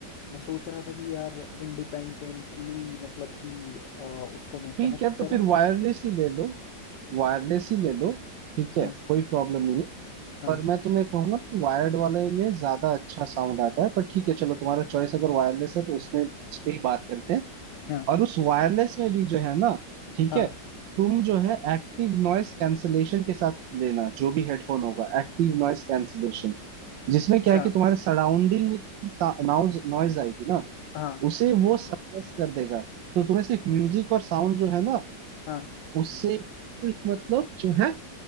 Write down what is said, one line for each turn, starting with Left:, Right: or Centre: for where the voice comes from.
Left: मैं सोच रहा था कि यार इंडिपेंडेंटली मतलब कि अ, उसको मैं कनेक्ट
Right: ठीक है तो
Left: करूँ
Right: फिर वायरलेस ही ले लो वायरलेस ही ले लो ठीक है
Left: हाँ
Right: कोई प्रॉब्लम नहीं है
Left: हाँ
Right: पर मैं तुम्हें कहूंगा कि वायर्ड वाले में ज्यादा अच्छा साउंड आता है पर ठीक है चलो तुम्हारा चॉइस अगर वायरलेस है तो उसमें इस पे ही बात करते हैं
Left: हाँ
Right: और उस वायरलेस में भी जो है ना ठीक
Left: हाँ
Right: है तुम जो है एक्टिव नॉइस कैंसलेशन के साथ लेना जो भी हेडफोन होगा एक्टिव नॉइस कैंसलेशन जिसमें
Left: अच्छा
Right: क्या है कि तुम्हारे सराउंडिंग में नॉइज नॉइज आएगी ना
Left: हाँ
Right: उसे वो सप्रेस कर देगा तो तुम्हें सिर्फ म्यूजिक और साउंड जो है ना
Left: हाँ
Right: उससे सिर्फ मतलब जो है